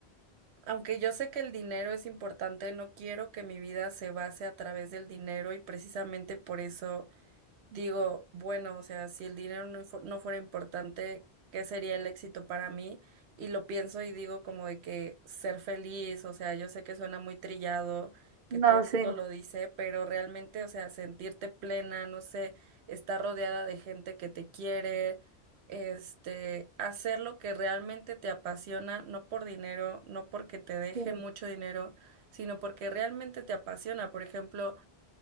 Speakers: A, on the right; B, on the right.
A: Aunque yo sé que el dinero es importante, no quiero que mi vida se base a través del dinero y precisamente por eso Digo, bueno, o sea, si el dinero no, fu- no fuera importante, ¿qué sería el éxito para mí? Y lo pienso y digo como de que ser feliz, o sea, yo sé que suena muy trillado, que
B: No,
A: todo el
B: sí.
A: mundo lo dice, pero realmente, o sea, sentirte plena, no sé, estar rodeada de gente que te quiere, este, hacer lo que realmente te apasiona, no por dinero, no porque te deje
B: Sí,
A: mucho dinero, sino porque realmente te apasiona. Por ejemplo,